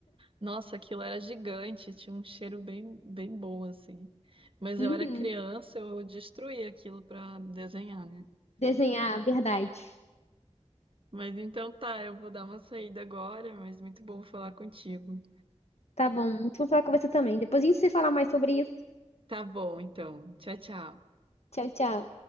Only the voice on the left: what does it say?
Uhum.
Desenhar, verdade.
Tá bom, muito bom falar com você também. Depois a gente se falar mais sobre isso.
Tchau, tchau.